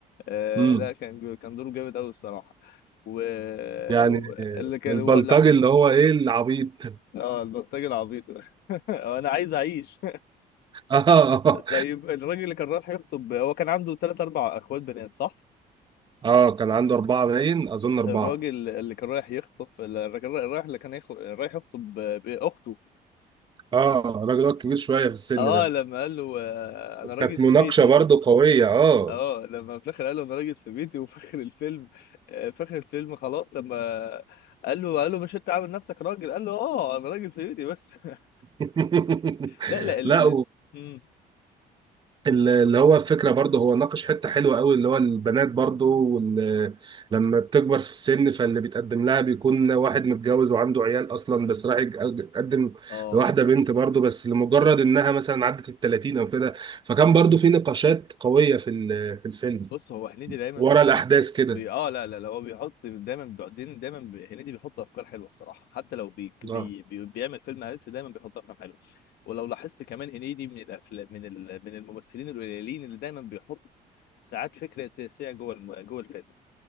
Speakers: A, on the left (about 70°); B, on the right (about 25°).
A: آه
B: امم
A: لا كان جو... كان دوره جامد قوي الصراحه و...
B: يعني
A: و- اللي كان
B: البلطجي
A: هو
B: اللي هو ايه العبيط
A: اه البلطجي العبيط <laughs> آه، انا عايز اعيش
B: <laughs> اه
A: طيب الراجل اللي كان رايح يخطب هو كان عنده ثلاث اربع اخوات بنات صح
B: اه كان عنده اربعه باين اظن اربعه
A: الراجل اللي كان رايح يخطب الراجل رايح اللي كان يخ- رايح يخطب باخته
B: اه الراجل ده كبير شويه في السن
A: اه
B: ده
A: لما قال له آه، انا راجل
B: كانت
A: في
B: مناقشه
A: بيتي
B: برضو قويه اه
A: اه لما في الاخر قال له انا راجل في بيتي وفي اخر الفيلم آه، في اخر الفيلم خلاص لما قال له قال له مش انت عامل نفسك راجل قال له اه انا راجل في بيتي بس <laughs>
B: <laughs>
A: لا لا ال-
B: لا
A: ال- مم.
B: اللي هو الفكرة برضه هو ناقش حتة حلوة قوي اللي هو البنات برضه وال- لما بتكبر في السن فاللي بيتقدم لها بيكون واحد متجوز وعنده عيال أصلا بس راح يتج- يتقدم
A: اه
B: لواحدة بنت برضه بس لمجرد إنها مثلا عدت ال 30 أو كده فكان برضه في نقاشات قوية في ال- في الفيلم
A: بص هو هنيدي دايما
B: ورا
A: بيحط
B: الأحداث كده
A: بي... اه لا لا لا هو بيحط دايما بعدين دايما بي... هنيدي بيحط افكار حلوه الصراحه حتى لو بي... بي...
B: اه
A: بي... بيعمل فيلم هلس دايما بيحط افلام حلوه ولو لاحظت كمان هنيدي من الافلام من ال... من الممثلين القليلين اللي دايما بيحط ساعات فكره سياسيه جوه الم... جوه الفيلم